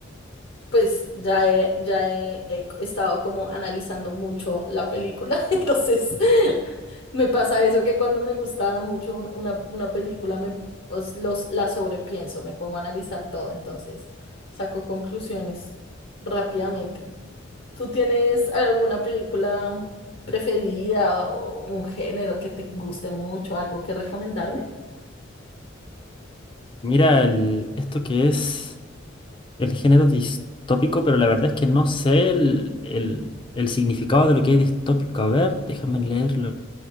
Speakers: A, on the left; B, on the left.
A: pues ya he, ya he, he estado como analizando mucho la película, <laughs> entonces <laughs> me pasa eso que cuando me gusta mucho un- una, una película, me, pues los, la sobrepienso, me pongo a analizar todo, entonces saco conclusiones rápidamente. ¿Tú tienes alguna película preferida o un género que te guste mucho, algo que recomendarme?
B: Mira, el- esto que es el género distópico, pero la verdad es que no sé el, el- el significado de lo que es distópico. A ver, déjame leerlo